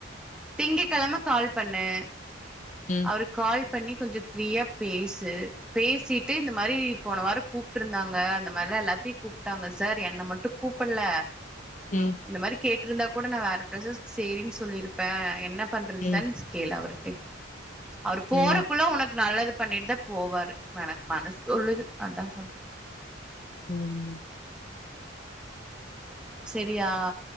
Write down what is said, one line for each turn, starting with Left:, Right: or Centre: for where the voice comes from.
Centre: திங்கக்கெழம கால் பண்ணே
Left: ம்,
Centre: அவருக்கு கால் பண்ணி கொஞ்சோ ஃப்ரீயா பேசு பேசிட்டு இந்த மாரி போன வார கூப்ட்டுருந்தாங்க அந்த மாதிரிலா எல்லாத்தையு கூப்ட்டாங்க சார் என்னை மட்டு கூப்பிட்ல
Left: ம்,
Centre: இந்த மாதிரி கேட் இருந்தா கூட நா வேற ப்ரஸ்சஸ்க் சேரின்னு சொல்லிருப் ப்ப என்ன பண்றது
Left: ம்,
Centre: சன் ஸ்கேல் அவர ட்டு அவரு
Left: ம்,
Centre: போறக்குள்ள உனக்கு நல்லது பண்ணிட்டு தா போவாரு எனக் மனசு சொல்லுது அதா சொன்ன
Left: உம்
Centre: செரியா